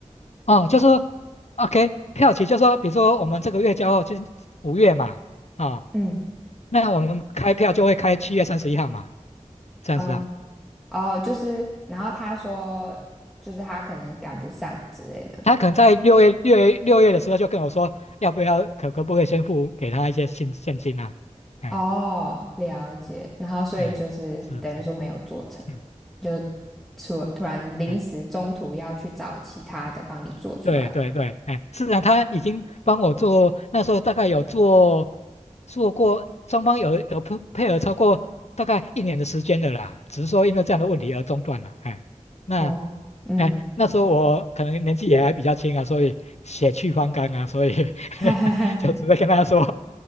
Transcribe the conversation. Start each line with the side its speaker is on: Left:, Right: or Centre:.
Left: 哦，就是说 OK 票期，就是说比如说我们这个月交货就是五月嘛，啊、
Centre: 嗯，
Left: 那我们开票就会开七月三十一号嘛，这样子啊。
Centre: 哦，哦，就是，然后他说，就是他可能赶不上之类的。
Left: 他可能在六月六月六月的时候就跟我说，要不要可可不可以先付给他一些现现金啊？哎
Centre: 哦，了解。然后所以就是等于说没有做成，
Left: 哎，是是，嗯。
Centre: 就突突然临时中途要去找其他的帮你做出来。
Left: 哎对对对，哎，市上他已经帮我做，那时候大概有做做过，双方有有配配合超过大概一年的时间的啦，只是说因为这样的问题而中断了，哎，那
Centre: 哦，嗯，
Left: 哎那时候我可能年纪也还比较轻啊，所以血气方刚啊，所以 <laughs>
Centre: <laughs> 哈哈哈，
Left: 就直接跟他说，